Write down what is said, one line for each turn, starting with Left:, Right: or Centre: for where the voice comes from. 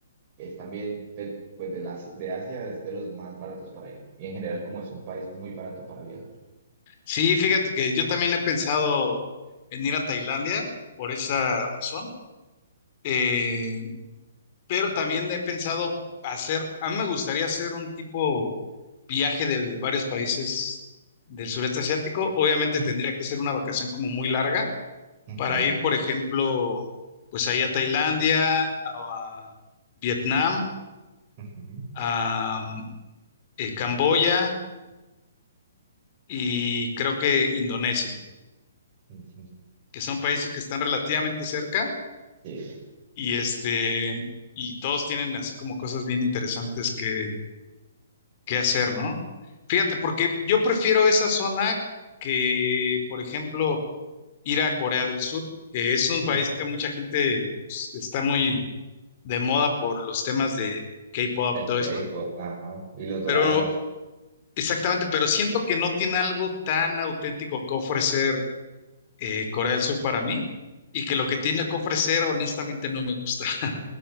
Right: es también del, pues de, la, de Asia, es de los más baratos para ir. Y en general, como es un país muy barato para viajar.
Left: Sí, fíjate que yo también he pensado en ir a Tailandia por esa razón, eh, pero también he pensado hacer, a mí me gustaría hacer un tipo viaje de varios países del sureste asiático. Obviamente
Right: Sí.
Left: tendría que ser una vacación como muy larga
Right: Ujú,
Left: para ir, por ejemplo, pues ahí a Tailandia, a, Vietnam,
Right: ujú.
Left: a mm, eh, Camboya y creo que Indonesia,
Right: Ujú,
Left: que son países que están relativamente cerca
Right: Sí.
Left: y este, y todos tienen así como cosas bien interesantes que, que hacer, ¿no? Fíjate, porque yo prefiero esa zona que, por ejemplo, ir a Corea del Sur, que es un
Right: Ujú.
Left: país que mucha gente pues, está muy de moda por los temas de K-pop
Right: El
Left: y todo
Right: K-pop,
Left: eso,
Right: ajá. Y los doramas.
Left: pero
Right: <laughs>
Left: exactamente, pero siento que no tiene algo tan auténtico que ofrecer eh, Corea del Sur para mí. Y que lo que tiene que ofrecer, honestamente, no me gusta. <laughs>